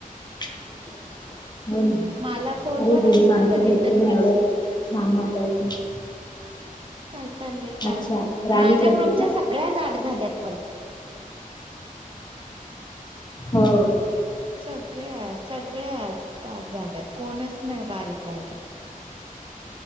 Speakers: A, on the left; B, on the right.
A: <inaudible> हो नाही
B: मला फोनवर
A: अरे जुनी
B: असतो
A: माणसं
B: कधीतरी
A: घेतली ना एवढं
B: मेसेज
A: छान वाटायचं
B: काय चाललंय काय
A: अच्छा
B: नाही
A: राणी
B: माझ्या
A: करते
B: ग्रुपच्या
A: का
B: सगळ्या जाड झाल्यात पण
A: हो
B: सगळ्या सगळ्यांत जाड झाल्यात कोणच नाही बारीक राहिलं